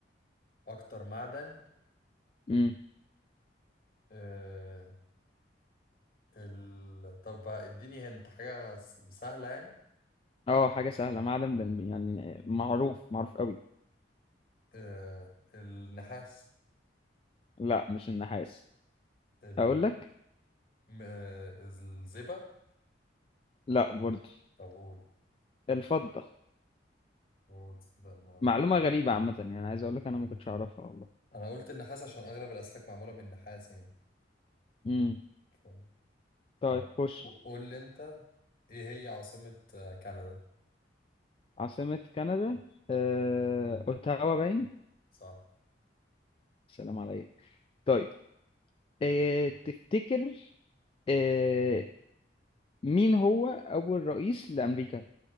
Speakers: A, on the left; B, on the left.
A: اكتر معدن
B: امم
A: آه ال... طب بقى اديني هنت حاجة س- سهلة يعني
B: اه حاجة سهلة معدن بال... يعني معروف معروف قوي
A: آه النحاس
B: لا مش النحاس
A: ال...
B: اقول لك
A: م- آه الزئبق
B: لا برضه
A: طب قول
B: الفضة
A: قول ده معلومة
B: معلومة غريبة عامة يعني عايز اقول لك انا ما كنتش اعرفها والله
A: انا قلت النحاس عشان اغلب الاسلاك معمولة من النحاس يعني
B: امم
A: ف-
B: طيب
A: طب
B: خش
A: قول لي انت ايه هي عاصمة آه، كندا
B: عاصمة كندا آه... اوتاوا باين
A: صح
B: سلام عليك طيب آه... تفتكر آه... مين هو اول رئيس لامريكا